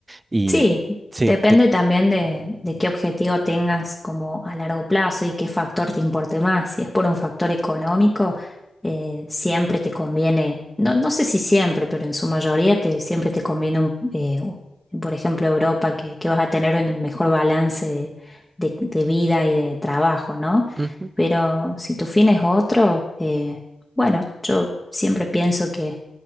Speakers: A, on the right; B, in the centre.
A: Y
B: Sí,
A: sí,
B: depende
A: eh,
B: también de, de qué objetivo tengas como a largo plazo y qué factor te importe más. Si es por un factor económico, eh, siempre te conviene, no, no sé si siempre, pero en su mayoría te, siempre te conviene, un, eh, u- por ejemplo, Europa, que, que vas a tener un mejor balance de, de- de vida y de trabajo, ¿no?
A: ujú,
B: Pero si tu fin es otro, eh, bueno, yo siempre pienso que